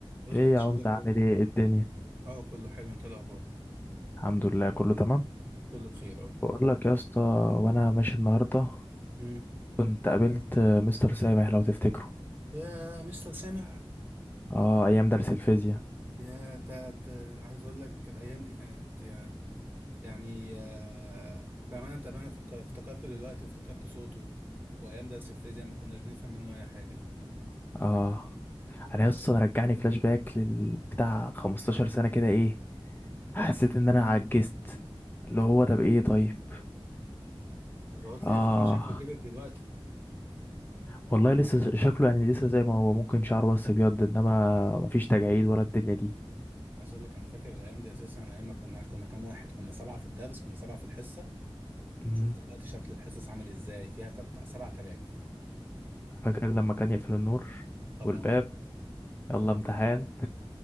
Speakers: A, on the right; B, on the left.
A: ايه
B: ايه
A: ده
B: يا
A: شو
B: عم
A: الاخبار
B: عامل ايه إيه الدنيا
A: اه كله حلو انت إيه الاخبار
B: الحمد لله كله تمام
A: كله بخير اه
B: بقول لك يا اسطى وانا ماشي النهارده
A: امم
B: كنت قابلت مستر سامح لو تفتكره
A: يا مستر سامح
B: اه ايام درس الفيزياء
A: يا انت عايز اقول لك الايام دي كانت يا- يعني آه، بامانه انت بامانه فكر- افتكرته دلوقتي وافتكرت صوته وايام درس الفيزياء ما كناش بنفهم منه اي حاجه
B: اه انا يا اسطى رجعني فلاش باك لل- بتاع 15 سنه كده ايه حسيت ان انا عجزت اللي هو طب ايه طيب
A: ده تقعد
B: اه
A: لي اساسا شكله كبر دلوقتي
B: والله لسه ش- شكله يعني لسه زي ما هو ممكن شعره بس ابيض انما مفيش تجاعيد ولا الدنيا دي
A: عايز اقول لك انا فاكر الايام دي اساسا ايام ما كنا كنا كام واحد كنا سبعه في الدرس كنا سبعه في الحصه
B: مم.
A: شوف دلوقتي شكل الحصص عامل ازاي فيها بتاع 7000
B: فاكر لما كان يقفل النور
A: اه
B: والباب
A: بامانه
B: يلا امتحان